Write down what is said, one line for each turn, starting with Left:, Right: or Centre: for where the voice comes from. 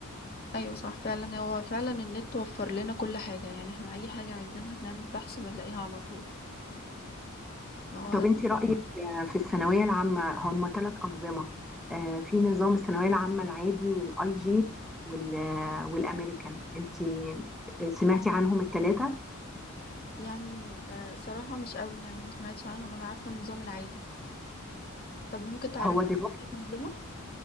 Left: ايوه صح فعلا هو فعلا النت وفر لنا كل حاجة يعني احنا اي حاجة عايزينها بنعمل بحث بنلاقيها على طول ما
Centre: طب
Left: هو
Centre: انت رأيك آه، في الثانوية العامة هم ثلاث أنظمة آه، في نظام الثانوية العامة العادي والاي جي وال- آه، والامريكان انت آه، سمعتي عنهم الثلاثة
Left: يعني آه، صراحة مش قوي يعني ما سمعتش عنهم أنا عارفة النظام العادي طب ممكن تعرف
Centre: هو دلوقتي
Left: الأنظمة؟